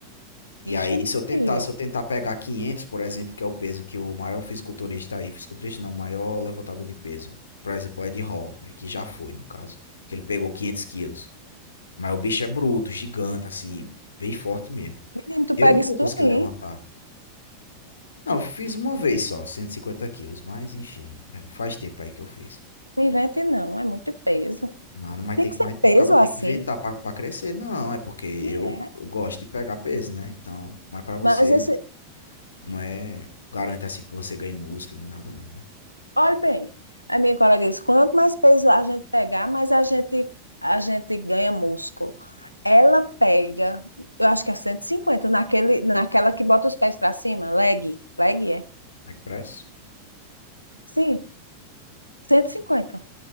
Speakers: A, on the left; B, on the left.
A: E
B: Vixe
A: aí, se
B: Maria,
A: eu tentar, se eu tentar pegar 500, por exemplo, que é o peso que o maior fisiculturista aí, fisiculturista não, o maior levantador de peso, por exemplo, o Ed Hall, né? Que já foi, no caso, que ele pegou 500 quilos. Mas o bicho é bruto, gigante, assim, bem forte mesmo.
B: menino, tu
A: Eu
B: pega
A: não vou
B: isso tudo,
A: conseguir
B: hein?
A: levantar. Não, eu fiz uma vez só, 150 quilos, mas enfim, é, faz tempo aí que eu fiz.
B: Não invente não, é muito peso.
A: Nada, mas
B: Tem
A: tem,
B: que
A: que-
B: ser
A: mas
B: peso
A: o cabo tem
B: assim,
A: que inventar pra, pra crescer. Não, é porque eu,
B: e é.
A: gosto de pegar peso, né? Então, mas pra você
B: Mas esse,
A: não é garante assim que você ganhe músculo nem nada não, né?
B: Olha bem, a minha colega disse, quanto mais peso a gente pegar, mais a gente, a gente ganha músculo. Ela pega, eu acho que é 150 naquele, naquela que bota os pés para cima, leg, leg é?
A: Leg press?
B: Sim, 150.